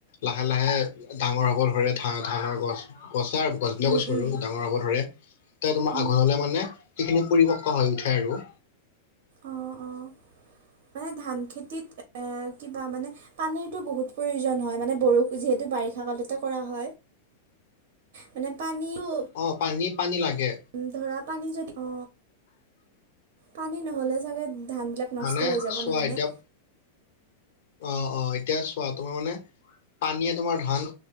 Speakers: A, on the left (about 50°); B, on the right (about 45°).
A: লাহে, লাহে ডাঙৰ হব ধৰে ধা-ধানৰ গছ গছা গছবিলাকো
B: উম
A: <unintelligible>
B: উম
A: ডাঙৰ হ'ব ধৰে, এতিয়া তোমাৰ
B: উম
A: আঘোণলে মানে সেইখিনি পৰিপক্ক হৈ উঠে আৰু।
B: অঁ অঁ মানে ধান খেতিত এ কিবা মানে পানীটো বহুত প্ৰয়োজন হয় মানে বষুণ যিহেতু বাৰিষা কালতে কৰা হয়। মানে পানীও
A: অ পানী পানী লাগে।
B: উ ধৰা পানী যদি অ পানী নহলে চাগে ধান বিলাক নষ্ট
A: মানে
B: হৈ যাব
A: চোৱা
B: নহয়
A: এতিয়া
B: নে।
A: অ অ এতিয়া চোৱা তোমাৰ মানে পানীয়ে তোমাৰ ধান